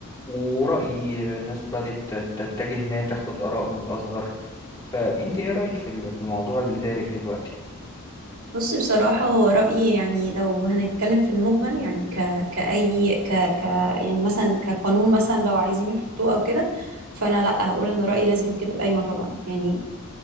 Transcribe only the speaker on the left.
ورأي ناس بدأت تت- تتجه انها تاخد آراء من الأزهر فانت ايه رأيك في ال- في الموضوع اللي دارج دلوقتي